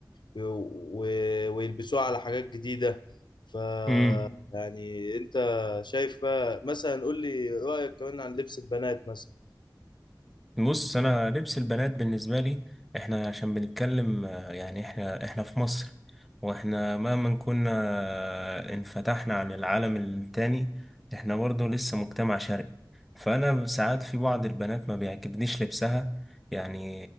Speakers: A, on the left; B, in the centre.
A: و... و... ويلبسوها على حاجات جديدة ف
B: امم
A: يعني انت شايف بقى مثلا قول لي رأيك كمان عن لبس البنات مثلا
B: بص انا لبس البنات بالنسبه لي احنا عشان بنتكلم آه، يعني احنا احنا في مصر واحنا مهما كنا آه، انفتحنا عن العالم التاني احنا برضه لسه مجتمع شرقي فانا ساعات في بعض البنات ما بيعجبنيش لبسها يعني